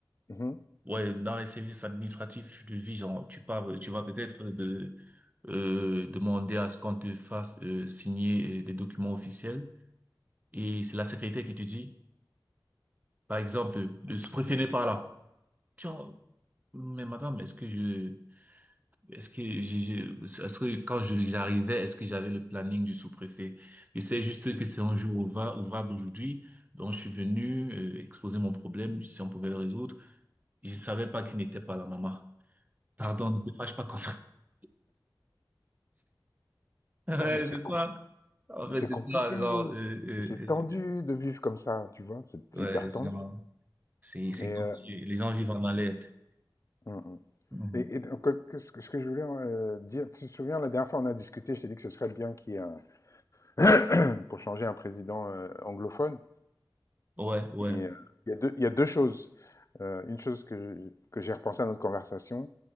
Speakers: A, on the left; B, on the right.
A: mhm.
B: Ouais, dans les services administratifs, tu le vis, genre, tu pars, tu vas peut-être de, euh, demander à ce qu'on te fasse euh, signer euh, des documents officiels. Et c'est la secrétaire qui te dit, par exemple, le sous-préfet n'est pas là. Tu vois, mais madame, est-ce que je, Est-ce que j'ai, j'ai- est-ce que quand je- j'arrivais, est-ce que j'avais le planning du sous-préfet? Je sais juste que c'est un jour ouva- ouvrable aujourd'hui, donc je suis venu euh, exposer mon problème, si on pouvait le résoudre. Je ne savais pas qu'il n'était pas là, maman. Pardon, ne te fâche pas contre. <laughs> Ouais,
A: Ah, mais c'est
B: c'est ça. En fait,
A: C'est
B: c'est
A: compliqué,
B: ça, genre, euh, euh,
A: c'est tendu de vivre comme ça, tu vois, c'est
B: euh,
A: hyper
B: ouais,
A: tendu.
B: genre, c'est, c'est
A: Et,
B: comme
A: euh,
B: si les gens vivent en alerte.
A: mm, mm.
B: Mhm.
A: et, et donc, que- ce que, ce que je voulais euh, dire, tu te souviens, la dernière fois on a discuté, je t'ai dit que ce serait bien qu'il y ait un- <clears throat> pour changer un président euh, anglophone.
B: Ouais, ouais.
A: Et euh, il y a deux, il y a deux choses. Euh, une chose que je- que j'ai repensé à notre conversation,